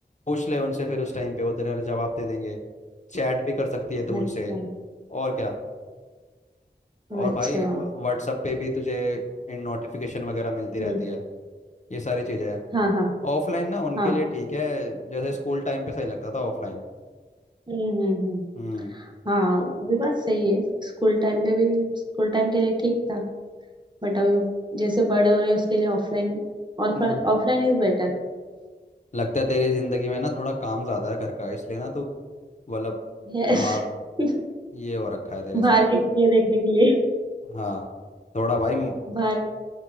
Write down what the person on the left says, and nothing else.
पूछ ले उनसे फिर उस टाइम पे वो तेरा जवाब दे देंगे चैट भी कर सकती है
तू उनसे
और क्या और
भाई व्हाट्सअप पे भी तुझे इन नोटिफिकेशन वगैरह मिलती
रहती है ये सारी चीज़ें हैं
ऑफलाइन ना उनके
लिए ठीक है जैसे स्कूल टाइम पे सही लगता था ऑफलाइन
हम्म
हम्म,
लगता है तेरी जिंदगी में ना थोड़ा काम ज़्यादा है घर का इसलिए ना तू मतलब
बाहर
ये हो रखा है तेरे
साथ
हाँ थोड़ा भाई म-